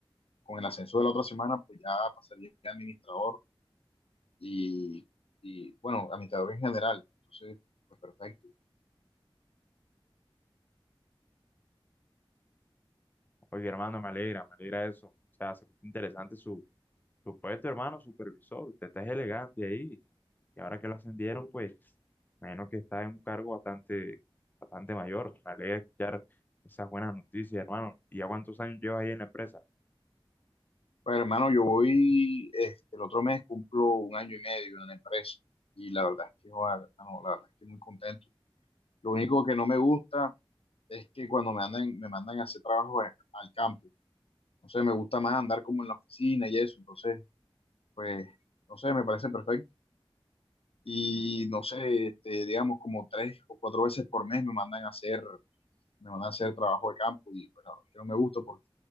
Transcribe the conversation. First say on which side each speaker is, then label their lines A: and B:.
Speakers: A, on the left (about 80°); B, on the left (about 20°).
A: con el ascenso de la otra semana, pues ya pasaría a administrador y, y, bueno, administrador en general. Entonces, pues perfecto.
B: Oye, hermano, me alegra, me alegra eso. O sea, se escucha interesante su, su puesto, hermano, supervisor. Usted está elegante ahí. Y ahora que lo ascendieron, pues, me imagino que está en un cargo bastante, bastante mayor. Me alegra escuchar esas buenas noticias, hermano. ¿Y ya cuántos años llevas ahí en la empresa?
A: Pues hermano, yo voy, este, el otro mes cumplo un año y medio en la empresa y la verdad es que, joder, hermano, la verdad es que muy contento. Lo único que no me gusta es que cuando me, andan, me mandan a hacer trabajo en- al campo, no sé, me gusta más andar como en la oficina y eso, entonces, pues, no sé, me parece perfecto. Y
B: Mm,
A: no sé, este, digamos, como tres o cuatro veces por mes me mandan a hacer me van a hacer trabajo de campo y pues la verdad es que no me gusta porque